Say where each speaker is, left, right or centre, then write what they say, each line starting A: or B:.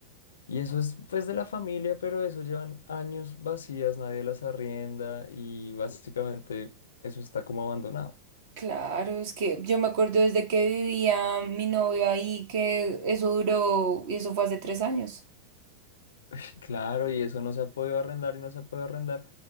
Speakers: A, on the left; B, on the right.
A: Y eso es pues de la familia, pero eso llevan años vacías, nadie las arrienda y básicamente eso está como abandonado.
B: Claro, es que yo me acuerdo desde que vivía mi novio ahí que eso duró y eso fue hace tres años.
A: <laughs> Claro, y eso no se ha podido arrendar y no se ha podido arrendar.